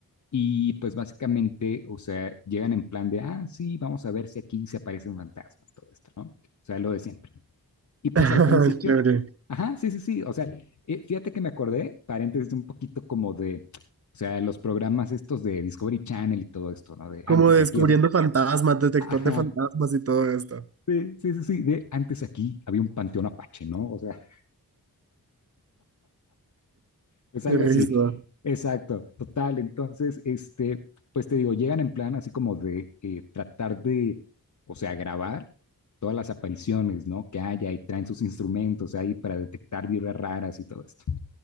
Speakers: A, on the left; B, on the right.
A: Y pues básicamente, o sea, llegan en plan de, ah, sí, vamos a ver si aquí se aparecen fantasmas, todo esto, ¿no? O sea, lo de siempre. Y pues
B: <laughs>
A: al principio,
B: Chévere,
A: ajá, sí, sí, sí, o sea, eh, fíjate que me acordé, paréntesis, un poquito como de, o sea, los programas estos de Discovery Channel y todo esto, ¿no? De
B: Como
A: antes
B: descubriendo
A: aquí, hab-
B: fantasmas, detector
A: ajá,
B: de fantasmas y todo esto.
A: sí, sí, sí, sí, de antes aquí había un panteón apache, ¿no? O sea, Es
B: qué
A: algo
B: risa.
A: así. Exacto, total. Entonces, este, pues te digo, llegan en plan así como de eh, tratar de, o sea, grabar todas las apariciones, ¿no? Que haya y traen sus instrumentos ahí para detectar vibras raras y todo esto.